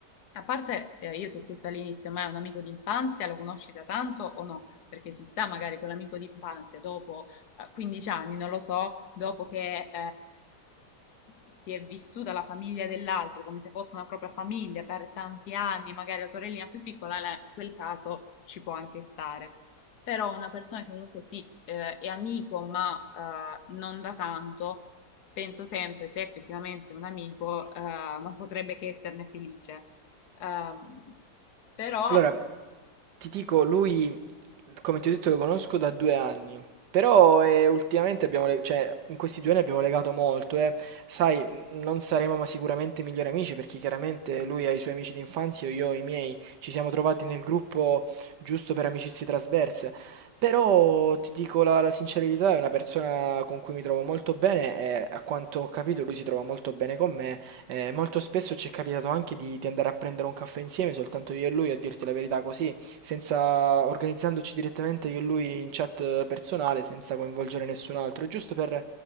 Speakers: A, on the left (about 65°); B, on the right (about 80°).
A: a parte, eh, io ti ho chiesto all'inizio, ma è un amico d'infanzia, lo conosci da tanto o no? Perché ci sta magari quell'amico d'infanzia dopo eh, 15 anni, non lo so, dopo che eh, si è vissuta la famiglia dell'altro come se fosse una propria famiglia per tanti anni, magari la sorellina più piccola, la- in quel caso ci può anche stare. Però una persona che comunque sì, eh, è amico, ma eh, non da tanto, penso sempre, se effettivamente è un amico, eh, non potrebbe che esserne felice. Ehm, però,
B: Allora, Ti dico, lui, come ti ho detto, lo conosco da due anni, però eh, ultimamente abbiamo, le- cioè, in questi due anni abbiamo legato molto, eh. Sai, n- non saremo ma sicuramente migliori amici perché chiaramente lui ha i suoi amici d'infanzia e io ho i miei, ci siamo trovati nel gruppo giusto per amicizie trasverse, però ti dico la, la sincerità, è una persona con cui mi trovo molto bene e a quanto ho capito lui si trova molto bene con me. Eh, molto spesso ci è capitato anche di, di andare a prendere un caffè insieme, soltanto io e lui, a dirti la verità così senza organizzandoci direttamente io e lui in chat eh, personale, senza coinvolgere nessun altro, giusto per